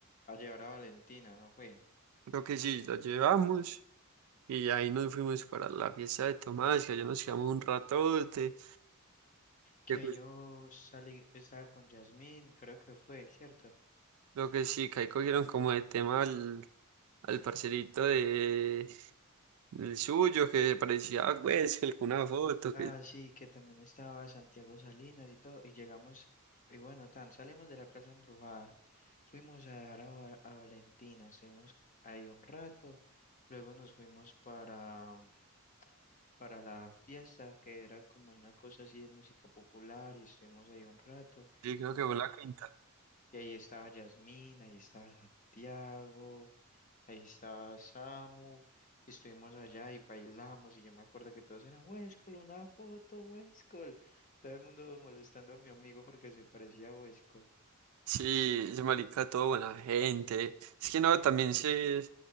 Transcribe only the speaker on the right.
Creo que sí, lo llevamos y ahí nos fuimos para la fiesta de Tomás, que allá nos quedamos un ratote.
que
cu-
Creo que sí, que ahí cogieron como de tema al, al parcerito de el suyo, que parecía, ah, pues, el- una foto,
que
yo creo que fue la quinta.
Sí, ese marica, todo buena gente. Es que no, también se...